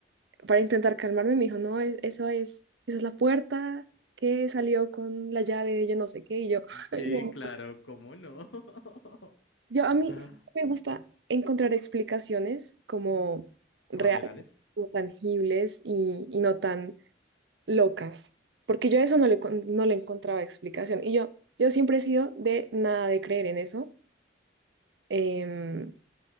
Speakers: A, on the right; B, on the left.
A: Para intentar calmarme me dijo, no, e- eso es, esa es la puerta que salió con la llave de yo no sé qué y yo, <laughs>
B: Sí,
A: ay, no,
B: claro, ¿cómo no? <gasps> <laughs>
A: Yo a mí
B: Ah,
A: sí me gusta encontrar explicaciones como reales,
B: ¿Racionales?
A: como tangibles y, y no tan locas, porque yo a eso no le, con- no le encontraba explicación. Y yo, yo siempre he sido de nada de creer en eso, em,